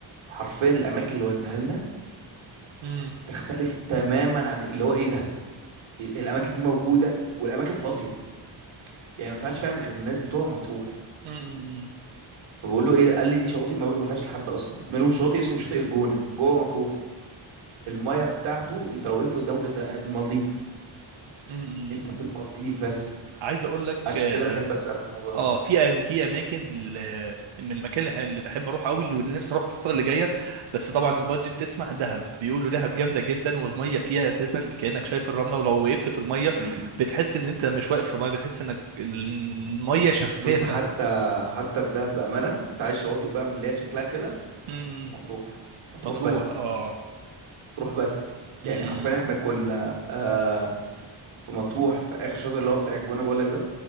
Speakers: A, on the right; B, on the right.
A: حرفيا الاماكن اللي وديها لنا
B: أمم،
A: تختلف تماما عن اللي هو ايه ده الاماكن دي موجودة والاماكن فاضية يعني ما ينفعش فعلا غير الناس بتوع مطروح
B: أمم،
A: فبقول له ايه ده قال لي دي شواطئ ما بنقولهاش لحد اصلا منهم شاطئ اسمه شاطئ الجونه جوه مطروح
B: أمم،
A: المايه بتاعته انت لو وقفت قدامه ده المالديف
B: أمم.
A: انت في المالديف بس
B: عايز اقول لك
A: عشان
B: آه،
A: كده بحب اسال في الموضوع
B: اه
A: ده
B: في أن- في اماكن ل- من المكان اللي ح- اللي بحب اروح قوي اللي واللي نفسي اروح الفتره اللي جايه بس طبعا البادجت تسمح دهب بيقولوا دهب جامده جدا والميه فيها اساسا كانك شايف الرمله ولو وقفت في الميه
A: أمم.
B: بتحس ان انت مش واقف في ميه بتحس انك الميه شفافه
A: بص حتى حتى في ده بامانه انت عايز شواطئ بقى من اللي هي شكلها كده
B: امم إمم.
A: مطروح مطروح
B: مطروح
A: بس
B: اه
A: مطروح بس يعني
B: امم
A: حرفيا
B: إمم.
A: احنا كنا آه في مطروح في اخر شاطئ اللي هو بتاع الجونه بقول لك ده